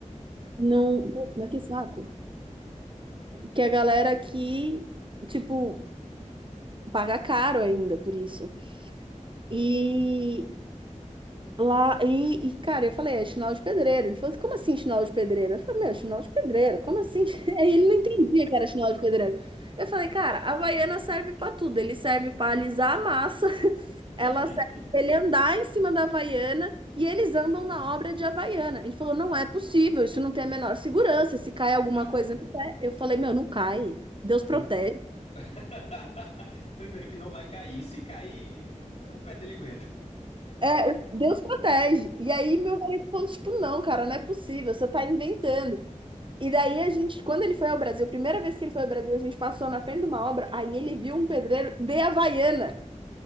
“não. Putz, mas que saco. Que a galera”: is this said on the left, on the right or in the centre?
Right